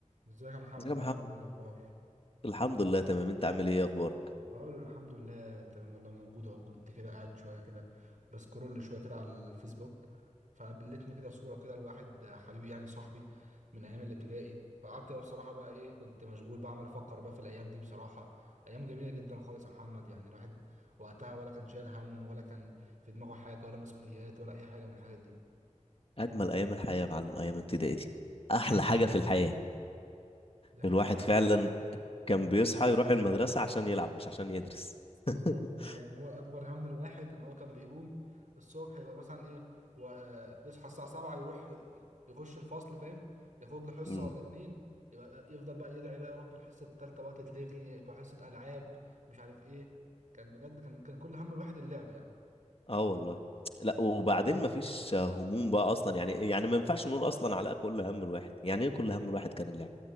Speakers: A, on the right (about 85°); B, on the left (about 50°).
A: ازيك يا محمد
B: ازيك يا محمد
A: عامل ايه الاخبار
B: الحمد لله تمام انت عامل ايه ايه اخبارك
A: اقول الحمد لله تمام والله موجود اهو كنت كده قاعد شويه كده بسكرول شويه كده على الفيسبوك فقابلتني كده صوره كده لواحد حبيبي يعني صاحبي من ايام الابتدائي فقعدت بقى بصراحه بقى ايه كنت مشغول بقى عمال افكر بقى في الايام دي بصراحه ايام جميله جدا خالص يا محمد يعني الواحد وقتها ولا كان شايل هم ولا كان في دماغه حاجه ولا مسؤوليات ولا اي حاجه من الحاجات دي
B: اجمل ايام الحياه يا معلم ايام ابتدائي دي احلى حاجه في الحياه
A: دي حقيقه
B: الواحد فعلا
A: والله
B: كان بيصحى يروح المدرسه عشان يلعب مش عشان يدرس
A: بالظبط
B: <laughs>
A: ده حقيقي. يعني هو اكبر هم الواحد ان هو كان بيقوم الصبح يبقى مثلا ايه و... آه، يصحى الساعه 7 يروح ي- يخش الفصل فاهم ياخد له حصه
B: امم
A: ولا اتنين يبقى آه، يفضل بقى يدعي بقى يا رب الحصه التالته بقى تتلغي يبقى حصه العاب مش عارف ايه كان بجد كان كان كل هم الواحد اللعب
B: اه والله لا وبعدين مفيش هموم بقى اصلا يعني يعني ما ينفعش نقول اصلا على كل هم الواحد يعني ايه كل هم الواحد كان اللعب